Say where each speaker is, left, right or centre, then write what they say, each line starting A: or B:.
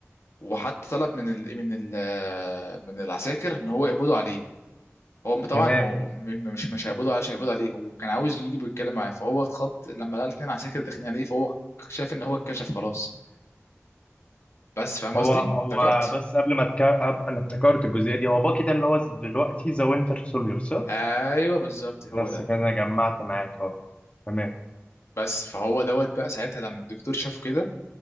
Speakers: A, on the left; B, on the left.
A: وحتى طلب من ال... من ال... من العساكر ان هو يقبضوا عليه هو طبعا
B: تمام
A: هو م- م- مش مش هيقبضوا علشان يقبضوا عليه هو كان عاوز يجي بيتكلم معاه فهو اتخض لما لقى اتنين عساكر داخلين عليه فهو شاف ان هو اتكشف خلاص بس فاهم
B: هو
A: قصدي
B: هو
A: افتكرت
B: بس قبل ما تك... أب- انا افتكرت الجزئية دي هو باكي ده اللي هو دلوقتي ذا وينتر سوليور صح؟
A: ايوه بالظبط هو
B: بس
A: ده
B: كده أنا جمعت معاك اه تمام
A: بس فهو دوت بقى ساعتها لما الدكتور شافه كده